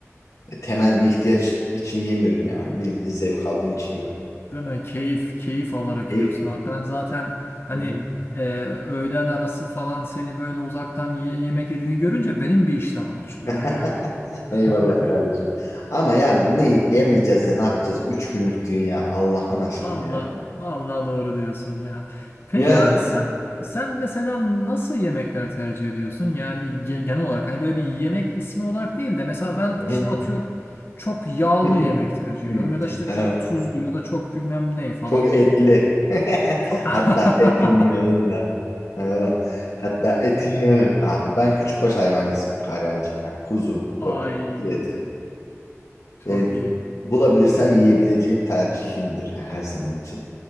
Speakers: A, on the left; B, on the left.
A: E, Temel bir ihtiyaç için yemiyorum yani. Bildiğin zevk aldığım için yiyorum.
B: Değil mi? Keyif keyif alarak
A: Keyif.
B: yiyorsun abi ben zaten hani
A: Hı hı.
B: ee, öğlen arası falan seni böyle uzaktan ye- yemek yediğini görünce benim bir iştahım açılıyor
A: <laughs>
B: yani. <laughs>
A: Eyvallah kardeşim. Ama ya ne yemeyeceğiz de ne yapacağız? Üç günlük dünya Allah'ın aşkına
B: Valla
A: ya.
B: valla doğru diyorsun ya. Peki
A: Yani.
B: abi sen sen mesela nasıl yemekler tercih ediyorsun? Yani ge- genel olarak hani böyle bir yemek ismi olarak değil de mesela ben
A: Hı hı.
B: işte atıyorum çok yağlı
A: <laughs>
B: yemek tercih
A: Hı.
B: ediyorum ya da işte
A: Evet.
B: çok tuzlu ya da çok bilmem ne falan.
A: Çok etli. <laughs>
B: Çok <laughs>
A: Hatta etin yağından. Hayvan. Hatta etin yağı. Abi ben küçükbaş hayvancısı, hayvancıyım yani. Kuzu.
B: Ay
A: ko- Kuzu eti.
B: çok
A: Benim
B: iyi.
A: bulabilirsem yiyebileceğim tercihimdir ya her zaman için.